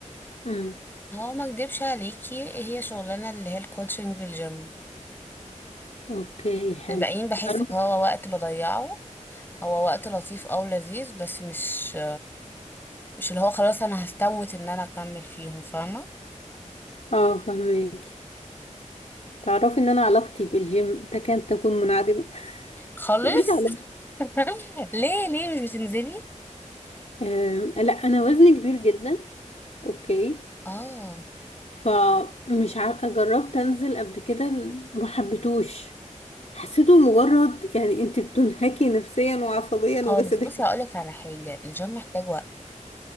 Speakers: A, on the left; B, on the left.
A: امم
B: هو ما اكدبش عليكي هي شغلانه اللي هي الكوتشنج في الجيم
A: اوكي حلو
B: الباقيين بحس
A: تعرف
B: ان هو وقت بضيعه هو وقت لطيف او لذيذ بس مش مش اللي هو خلاص انا هستموت ان انا اكمل فيهم فاهمه
A: اه فهمك تعرفي ان انا علاقتي بالجيم تكاد تكون منعدمه <laughs>
B: خالص
A: مفيش علاقه
B: <laughs> ليه ليه مش بتنزلي
A: آم، لا انا وزني كبير جدا اوكي
B: اه
A: فمش ع... جربت انزل قبل كده ما حبيتوش حسيته مجرد يعني انت بتنهكي نفسيا وعصبيا
B: خالص
A: وجسديا
B: بصي هقولك على حاجه الجيم محتاج وقت